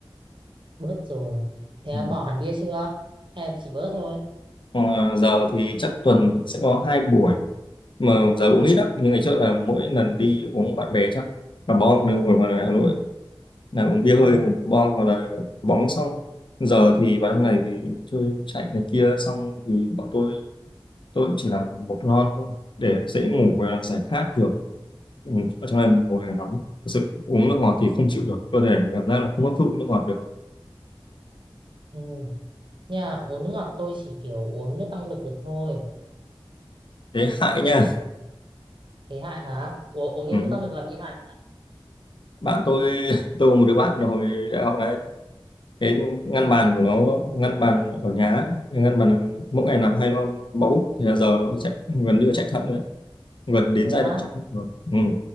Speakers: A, on the right; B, on the left.
A: bớt rồi thế
B: ừ.
A: là bỏ hẳn bia chưa hay là chỉ bớt thôi
B: Ờ, giờ thì chắc tuần sẽ có hai buổi mà giờ uống
A: ừ.
B: ít lắm nhưng ngày trước là mỗi lần
A: Uống
B: đi
A: ít.
B: uống bạn bè chắc cà bong nhưng hồi mà ở Hà Nội ấy, là uống bia
A: ừ.
B: hơi uống cà bong hoặc là bóng xong giờ thì vào trong này thì chơi chạy này kia xong thì bọn tôi tôi cũng chỉ làm một lon thôi để dễ ngủ và giải khát được ừ, ở trong này mùa hè nóng thật sự uống nước ngọt thì không chịu được cơ thể cảm giác là không hấp thụ nước ngọt được
A: ừ. Nhà uống nước ngọt tôi chỉ kiểu uống nước tăng lực được thôi
B: thế hại nha
A: thế hại hả uống uống nhiều
B: ừ.
A: nước tăng lực là bị hại
B: bạn tôi <laughs> tôi có một đứa bạn là hồi đại học này cái ngăn
A: ừ.
B: bàn của nó ngăn bàn ở nhà á, cái ngăn bàn là mỗi ngày làm hai lon bóng thì là giờ nó phải chạy gần như là chạy thận nữa gần đến
A: thế
B: giai
A: á
B: đoạn chạy thận rồi ừ.